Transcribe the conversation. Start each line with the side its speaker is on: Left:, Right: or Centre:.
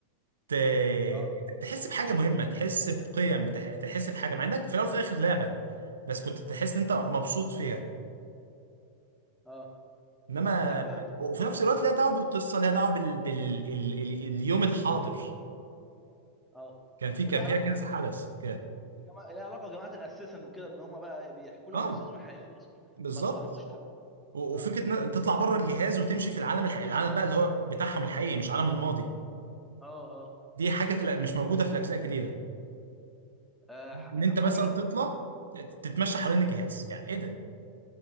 Right: ت-
Centre: اه
Right: تحس بحاجه مهمه تحس بقيم تح- تحس بحاجه مع انك في الاول وفي الاخر لعبه بس كنت تحس ان انت مبسوط فيها
Centre: اه
Right: انما
Centre: طب
Right: وفي نفس الوقت ليها دعوه بالقصه ليها دعوه بال... بال... ال... ال... اليوم الحاضر
Centre: اه
Right: كان في كان
Centre: وليه علاقه
Right: فيها كذا
Centre: بقى
Right: حدث كده
Centre: بجماعة ليها علاقة بجماعة الأساسن وكده إن هم بقى بيحكوا لك
Right: اه
Centre: قصتهم الحقيقية أصلا
Right: بالظبط
Centre: ما تتطرفوش لحاجات تانية
Right: و-
Centre: اه
Right: وفكره ان تطلع بره الجهاز وتمشي في العالم الح... العالم بقى اللي هو بتاعهم الحقيقي مش عالم الماضي
Centre: اه اه
Right: دي حاجه في... الأ- مش موجوده في الاجزاء الجديده
Centre: آه، ح-
Right: ان انت
Centre: حقيقي
Right: مثلا تطلع تتمشى حوالين الجهاز يعني ايه ده